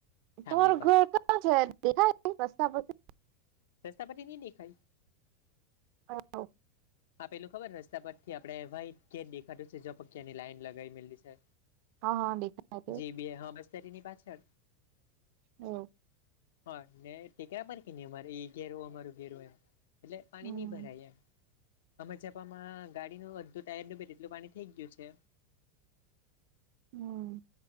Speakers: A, on the left; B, on the right.
A: થાંભલી
B: તોર
A: પર
B: ઘોર કા <unintelligible> રસ્તા પછી
A: રસ્તા પરથી ની દેખાઈ
B: <inaudible>
A: આપેલું ખબર રસ્તા પરથી આપડે વાઈટ ઘેર દેખાતું છે <unintelligible> લાઈન લગાવી મેલી છે
B: હા હા દેખાય છે
A: જી બે હા મસ્તરીની પાછળ.
B: હમ.
A: હા <unintelligible> અમારે એ ઘેરું અમારું ઘેર હોય એટલે પાણી
B: હમ
A: ની ભરાય એમ <unintelligible> માં ગાડીનું અડધું ટાયર ડૂબે તેટલું પાણી થઇ ગયું છે
B: હમ.